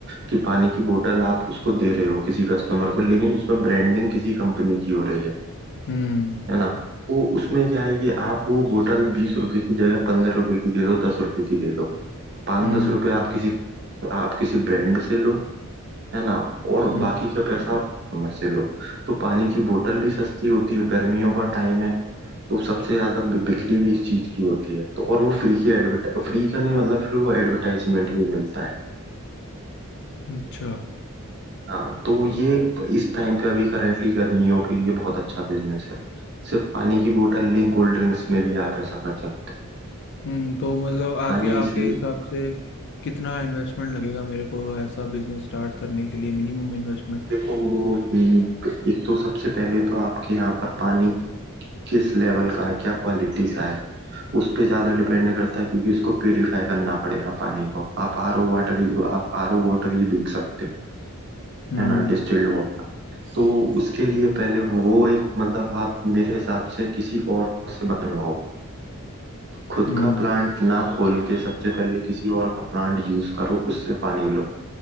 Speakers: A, on the right; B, on the left.
A: कि पानी की बोतल आप उसको दे रहे हो किसी कस्टमर को लेकिन उसमें ब्रांडिंग किसी कंपनी की हो रही है
B: हम्म
A: है ना तो उसमें क्या है कि आप वो बोतल बीस रुपए की जगह पंद्रह रुपए की दे दो दस रुपए की दे दो पाँच
B: हम्म
A: दस रुपए आप किसी आप किसी ब्रांड से लो है ना और
B: हम्म
A: बाकी का पैसा आप कस्टमर से लो तो पानी की बोतल भी सस्ती होती है गर्मियों का टाइम है तो सबसे ज्यादा बि- बिक्री भी इस चीज की होती है तो और वो फ्री की एडवर्ट फ्री का नहीं मतलब फिर वो एडवर्टाइजमेंट भी मिलता है
B: अच्छा
A: हाँ तो ये एक- इस टाइम पे अभी करंटली गर्मियों के लिए बहुत अच्छा बिजनेस है सिर्फ पानी की बोतल नहीं कोल्ड ड्रिंक्स में भी आप ऐसा कर सकते हैं।
B: हम्म तो मतलब आके
A: पानी इसलिए
B: आपके हिसाब से कितना इन्वेस्टमेंट लगेगा मेरे को ऐसा बिजनेस स्टार्ट करने के लिए मिनिमम इन्वेस्टमेंट
A: देखो वो हम्म, एक तो सबसे पहले तो आपके यहाँ पर पानी किस लेवल का है क्या क्वालिटी का है उस पे ज्यादा डिपेंड करता है क्योंकि उसको प्यूरिफाई करना पड़ेगा पानी को आप आर ओ वाटर आप आर ओ वाटर ये दूध सकते हो
B: हम्म
A: है ना Distilled water तो उसके लिए पहले वो एक मतलब आप मेरे हिसाब से किसी और से बनवाओ खुद
B: हम्म
A: का प्लांट ना खोल के सबसे पहले किसी और का प्लांट यूज करो उससे पानी लो